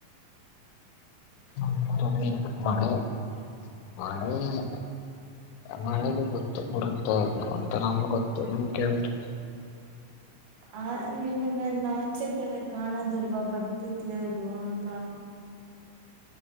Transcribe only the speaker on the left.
ನಮ್ಮೂರಲ್ಲಿ ಮಳೆ. ಮಳೆ ಇಲ್ಲ ಮಳೆಗೆ ಬರುತ್ತೋ ಇಲ್ವೋ ಅಂತ. ತ ನಾಮ್ಗೊತ್ತು ನಿಮ್ ಕೇಳ್ದ್ರೆ.